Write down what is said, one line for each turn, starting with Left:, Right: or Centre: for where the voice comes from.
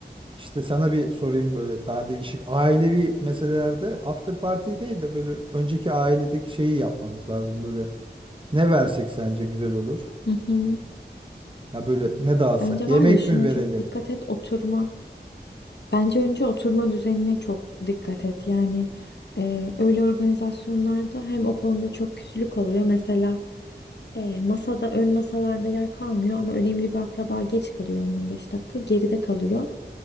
Right: İşte sana bir sorayım böyle daha değişik ailevi meselelerde after party değil de böyle önceki ailedeki şeyi yapmamız lazım böyle. Ne versek sence güzel olur?
Left: hı hı.
Right: Ya böyle ne dağıtsak?
Left: Bence
Right: Yemek
Left: var ya şuna
Right: mi verelim?
Left: çok dikkat et oturma. Bence önce oturma düzenine çok dikkat et. Yani e, öyle organizasyonlarda hem o konuda çok küslük oluyor. Mesela e, masada ön masalarda yer kalmıyor ama önemli bir akraba geç kalıyor 10-15 dakika geride kalıyor.